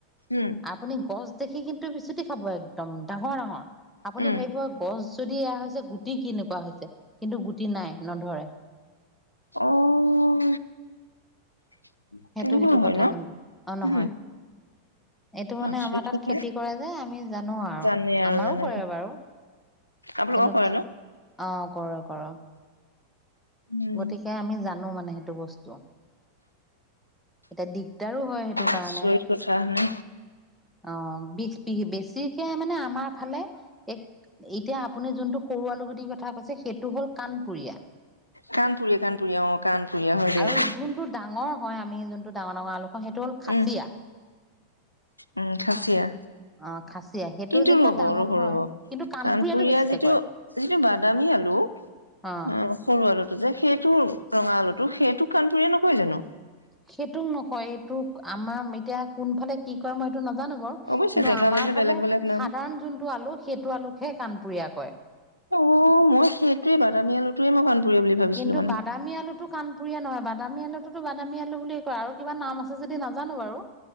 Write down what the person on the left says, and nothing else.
উম।
উম
অহ। <inaudible>
হয়
ন
উম
আচৰিত
কথা
জানে আৰু
জানে
আপোনালোকৰ
কৰে ন
উম
আচৰিত কথা হয়নে
কাণপুৰীয়া কাণপুৰীয়া অ কাণপুৰীয়া হয় দিয়ক।
উম উম খাচিয়া।
কিন্তু
ৰ'ব
ৰ'ব
ৰ'ব
কাণপুৰীয়া
যিটো
যিটো বাদামী আলু
অ সৰু আলুটো যে, সেইটো ৰঙা আলুটো সেইটো কাণপুৰিয়া নহয় জানো?
অৱশ্যে
জেগা
জেগা
বেলেগ বেলেগ নাম
অঁ মই সেইটোৱে বাদামী আলুটোৱে মই কাণপুৰীয়া বুলি ভাবিছিলো
মানে।